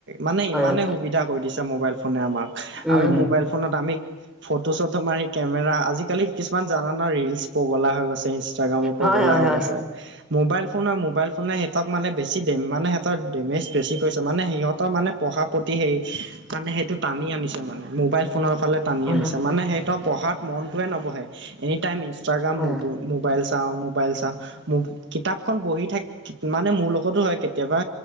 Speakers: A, on the right; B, in the centre.
A: মানে
B: হয়
A: ইমানেই
B: হয়
A: সুবিধা কৰি দিছে মোবাইল ফোনে আমাক।
B: উম
A: আৰু
B: উম
A: মোবাইল ফোনত আমি ফটো চটো মাৰি কেমেৰা, আজিকালি কিছুমান জানা ৰীলছ পগলা হৈ গৈছে, ইনষ্ট্ৰাগ্ৰাম পগলা
B: হয় হয়
A: হৈ
B: হয়
A: গৈছে। মোবাইল মোবাইল ফোনে সেহতক মানে বেছি দেম মানে সেহতৰ দেমেছ বেছি পাইছে মানে সিহঁতৰ পঢ়াৰ প্ৰতি কাৰণে সেইটো টানি আনিছে মানে, মোবাইল ফোনৰ ফালে টানি
B: হয়
A: আনিছে, মানে সেইটো পঢ়াত মনটোৱেই নবঢ়ে, এনি টাইম ই ইনষ্ট্ৰাগ্ৰাম
B: হয়
A: মোবাইল চাও, মোবাইল চাওঁ, কিতাপখন পঢ়ি থাক মানে মোৰ লগতো হয় কেতিয়াবা